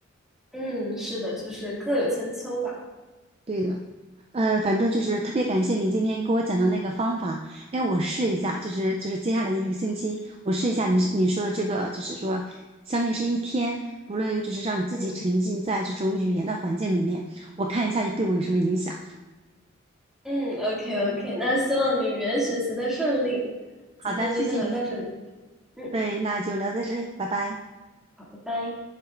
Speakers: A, in the centre; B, on the right (about 30°).
A: 嗯，是的，就是各有千秋吧。
B: 对的。呃，反正就是特别感谢你今天给我讲的那个方法，哎，我试一下，就是就是接下来一个星期，我试一下你你说的这个，就是说，相当于是一天，无论就是让你自己沉浸在这种语言的环境里面，
A: 嗯
B: 我看一下对我有什么影响。
A: 嗯，OK OK，那希望你语言学习的顺利，
B: 好的，
A: 今天就先聊到这里。
B: 谢谢你。
A: 嗯。
B: 对，那就聊到这里，拜拜。
A: 好拜拜。